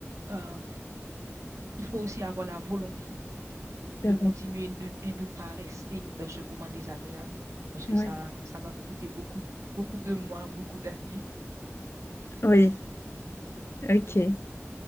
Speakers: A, on the right; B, on the left.
A: euh, il faut aussi avoir la volonté
B: d'abord.
A: de continuer de- et ne pas rester dans ce moment désagréable parce que
B: Ouais.
A: ça, ça va vous coûter beaucoup, beaucoup de mois, beaucoup d'années.
B: Oui, ok.